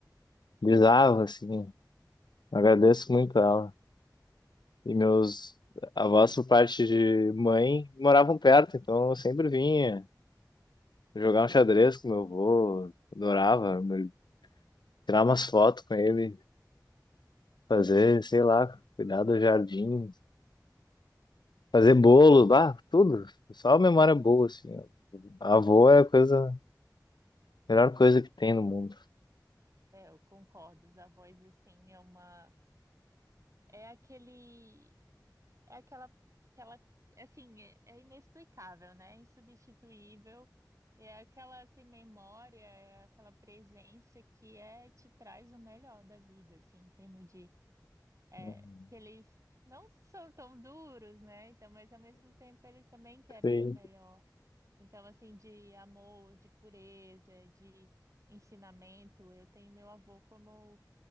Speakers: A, on the left (about 85°); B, on the right (about 45°).
A: bizarro, assim. Agradeço muito a ela. E meus avós, por parte de mãe, moravam perto, então eu sempre vinha jogar um xadrez com meu avô, adorava, meu- tirar umas fotos com ele, fazer, sei lá, cuidar do jardim, fazer bolo, bah, tudo. Só
B: <laughs>
A: memória boa, assim. ó. Avô é a coisa, a melhor coisa que tem no mundo.
B: É, eu concordo. Os avós, assim, é uma. É aquele. É aquela. aquela... Assim, é, é inexplicável, né? É Insubstituível. É aquela, assim, memória, é aquela presença que é, te traz o melhor da vida, assim, em termos de. É,
A: <laughs>
B: que eles não são tão duros, né? Então, mas ao mesmo tempo, eles também querem
A: Sim,
B: o seu melhor. Então, assim, de amor, de pureza, de ensinamento. Eu tenho meu avô como